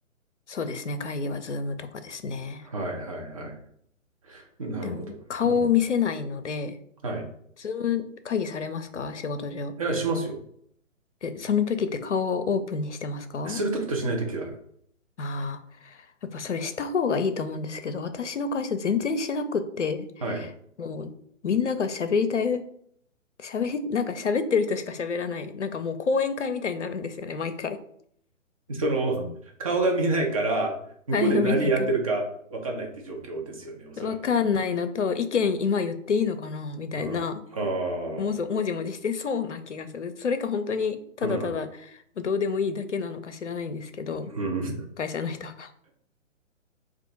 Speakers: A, on the left (about 60°); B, on the right (about 25°).
A: そうですね。会議はズームとかですね。
B: はいはいはい。なるほど。
A: でも、顔を見せないので、
B: うん。はい。
A: ズーム会議されますか仕事上。
B: いや、しますよ。
A: で、その時って顔をオープンにしてますか
B: するときとしないときがある。
A: ああ、やっぱそれした方がいいと思うんですけど、私の会社全然しなくって、
B: はい。
A: もうみんなが喋りたい、喋り、なんか喋ってる人しか喋らない。なんかもう講演会みたいになるんですよね、毎回。
B: その、顔が見えないから、向こうで何やってるかわかんないって状況ですよね、
A: あれが見えないから。
B: おそらく。
A: わかんないのと、意見今言っていいのかなみたいな、
B: うん。ああ、
A: もぞ、もじもじしてそうな気がする。それか本当に、ただただ、
B: うん、
A: どうでもいいだけなのか知らないんですけど、
B: うん。
A: 会社の人が。